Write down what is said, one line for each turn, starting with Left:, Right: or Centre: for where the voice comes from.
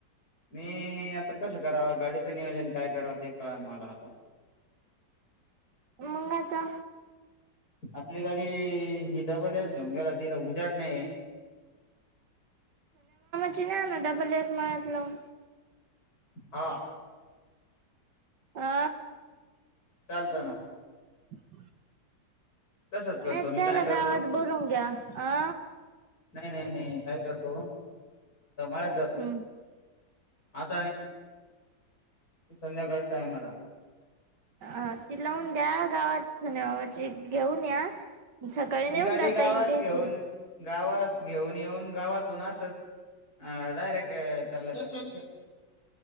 Left: मी आता कसं कराव, गाडीचं नियोजन काय करावं, ते कळना मला आता.
Right: मंग आता.
Left: आपली गाडी. गीता कॉलेज. घेऊन गेला तिला उजेड नाही.
Right: चिन्या आहे ना, डब्बल एस. मळ्यात लावून.
Left: हा.
Right: आ.
Left: चालतं ना.
Right: <inaudible>
Left: तसंच करतो
Right: नाही
Left: मी
Right: त्याला
Left: काय करतो
Right: गावात बोलवुन घ्या आ.
Left: नाही, नाही, नाही काय करतो. आता मळ्यात जातो
Right: हम्म.
Left: आता नाही संध्याकाळी टायमाला.
Right: अ ती लावून द्या गावात <unintelligible> घेऊन या. सकाळी नेऊन
Left: ती गाडी
Right: जाता
Left: गावात
Right: येईन त्याची
Left: घेऊन, गावात घेऊन-येऊन गावात तू ना असं अ-डायरेक्ट-अ चाललं! जरा साइड द्या.